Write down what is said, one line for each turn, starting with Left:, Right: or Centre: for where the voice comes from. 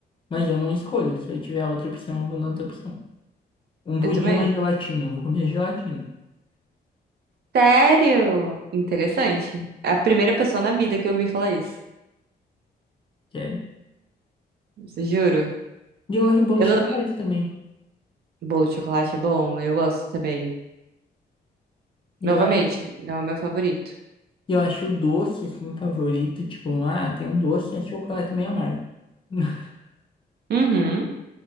Left: Mas eu não escolho. Se eu tiver outra opção, eu vou na outra opção. Um pudim
Right: Eu também.
Left: mais gelatina. Eu vou comer gelatina.
Right: Sério? Interessante. É a primeira pessoa na vida que eu ouvi falar isso.
Left: Sério.
Right: Juro.
Left: E eu gosto de bolo
Right: Eu
Left: de chocolate também.
Right: Bolo de chocolate é bom, eu gosto também.
Left: E
Right: Novamente,
Left: eu acho
Right: não é o meu favorito.
Left: E eu acho o doce, assim, favorito. Tipo, um, ah, tem um doce, e é chocolate meio amargo. <laughs>
Right: Uhum.